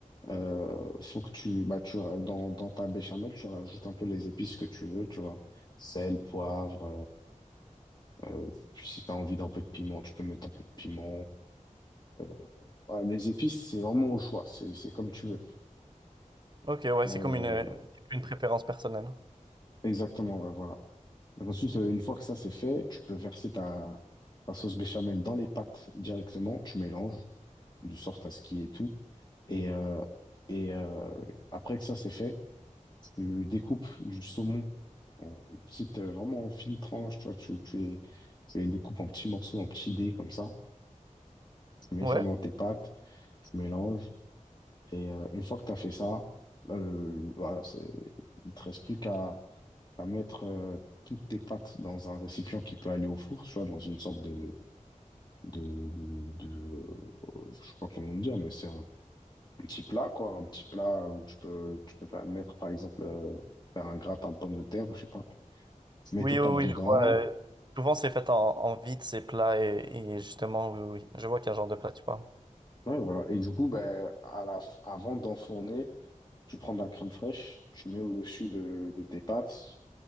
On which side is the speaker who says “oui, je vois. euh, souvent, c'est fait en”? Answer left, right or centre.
Right